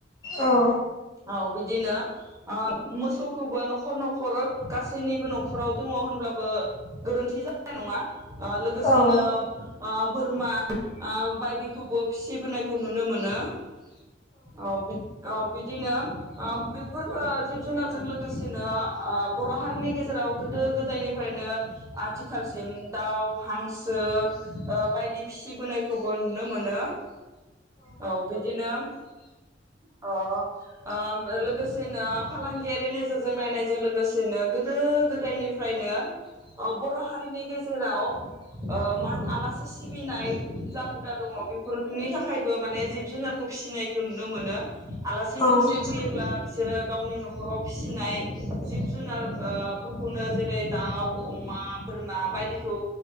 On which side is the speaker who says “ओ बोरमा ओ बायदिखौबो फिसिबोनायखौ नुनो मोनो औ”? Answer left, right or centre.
Right